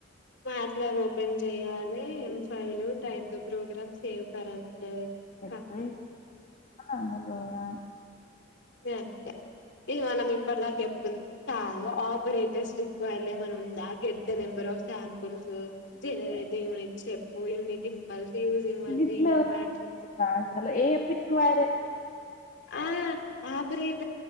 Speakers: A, on the left (about 60°); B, on the left (about 40°).
A: అట్లా ఓపెన్ చెయాలి ఎం file type the program save <unintelligible> <unintelligible> హా
B: ఫక్టరీ అంద ప్రోగ్రామ్
A: అంతే హే మనం ఇప్పటిదాకా చెప్పుకుందాం కాల్వ ఆపరేటర్స్ రిక్వైర్డ్ మనం ఉందా get the number of Sam generate the unit step unity pulse using one
B: గిట్ల
A: జీరో మ్యాట్రిక్స్
B: అసలు ఏం రిక్వైర్
A: ఆ ఆపరెట్